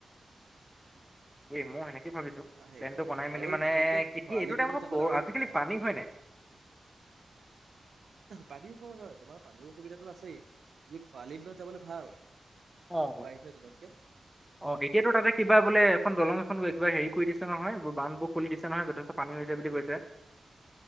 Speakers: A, in the centre; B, on the right.
A: এই মই সেনেকে ভাবিছো
B: সেইটোৱে
A: প্লেনটো বনাই মেলি
B: আৰু
A: মানে
B: বিশেষকে
A: কেতিয়া
B: খৰালি
A: এইটো টাইমত
B: দিনত যাবলৈ আৰু
A: আজিকালি
B: সুবিধা
A: পানী হয় নাই <inaudible>
B: পানী হয়, হয়, তোমাৰ পানী অসুবিধাতোটো আছেই তুমি খৰালিৰ দিনত যাবলৈ ভাল।
A: অ'।
B: বাৰিষা দিনতকে
A: অ', এতিয়াতো তাতে কিবা বোলে এখন দলং এখন কিবা হেৰি কৰি দিছে নহয় এইোৰ বান বু খুলি দিছে নহয়, যথেষ্ট পানী হৈছে বুলি কৈছে।